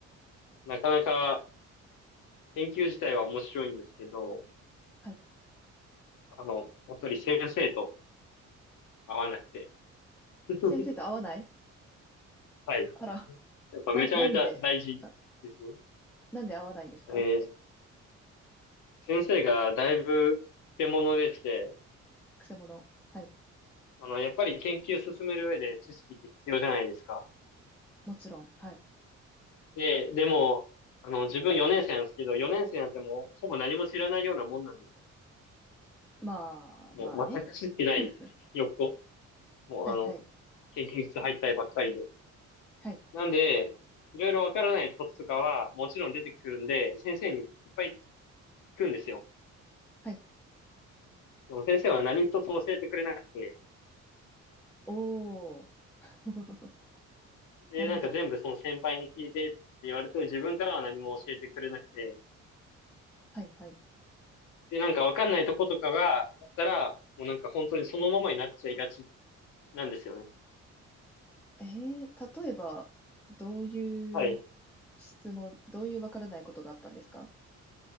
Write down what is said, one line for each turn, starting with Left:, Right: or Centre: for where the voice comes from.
Left: なかなか研究自体は面白いんですけど、
Centre: はい。
Left: あの、やっぱり先生と合わなくて。<laughs>
Centre: 先生と合わない
Left: はい。
Centre: あら、
Left: やっぱめちゃめちゃ大事ですね。
Centre: な、なんで、あなんで合わないんですか
Left: えー先生がだいぶ手物でして、
Centre: くせ者。はい
Left: あの、やっぱり研究進める上で知識って必要じゃないですか。
Centre: もちろん。はい。
Left: で、でも、あの、自分4年生なんですけど、4年生なんてもう、ほぼ何も知らないようなもんなんですよ。
Centre: まあ、
Left: もう、
Centre: まあね。
Left: 全く知ってない、
Centre: <laughs>
Left: ひよっこ。もう、
Centre: はいはい。
Left: あの、研究室入ったりばっかりで。
Centre: はい。
Left: なんで、いろいろわからないこととかは、もちろん出てくるんで、先生にいっぱい聞くんですよ。
Centre: はい。
Left: でも先生は何一つ教えてくれなくて、
Centre: おー。<laughs>
Left: で、
Centre: なるほど。
Left: なんか全部その先輩に聞いてって言われて、自分からは何も教えてくれなくて、
Centre: はいはい。
Left: で、なんかわかんないとことかがあったら、もうなんか本当にそのままになっちゃいがちなんですよね。
Centre: えー、例えば、どういう
Left: はい。
Centre: 質問、どういうわからないことがあったんですか